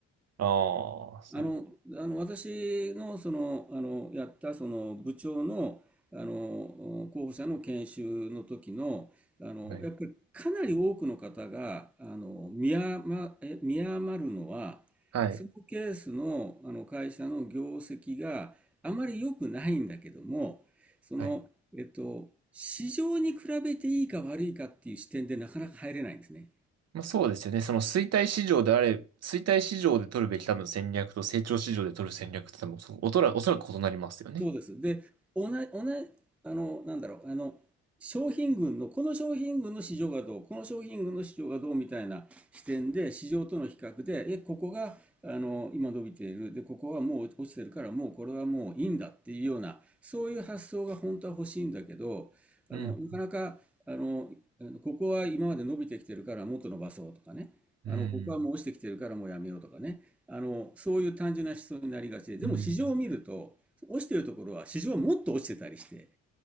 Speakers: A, on the right; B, in the centre.
A: ああ、そ
B: あの、あの、私の、その、あの、やった、その、部長の、あの、候補者の研修の時の、あの、
A: う。はい。
B: やっぱりかなり多くの方が、あの、見余、え見余るのは、
A: はい。
B: そのケースの、あの、会社の業績があまり良くないんだけども、その、
A: はい。
B: えっと、市場に比べていいか悪いかっていう視点でなかなか入れないんですね。
A: まあそうですよね。その衰退市場であれ、衰退市場で取るべき多分戦略と成長市場で取る戦略って多分、そうおとら、おそらく異なりますよね。
B: そうです。で、同じ、同じ、あの、なんだろう、あの、商品群の、この商品群の市場がどう、この商品群の市場がどうみたいな視点で、市場との比較で、え、ここが、あの、今伸びている、で、ここはもう落ちてるから、もうこれはもういいんだっていうような、そういう発想が本当は欲しいんだけど、
A: うん。
B: あの、なかなか、あの、あのここは今まで伸びてきてるからもっと伸ばそうとかね。
A: うん。
B: あの、ここはもう落ちてきてるからもうやめようとかね。あの、そういう単純な思想になりがちで、でも市場を見ると、
A: うん。
B: 落ちてるところは市場はもっと落ちてたりして、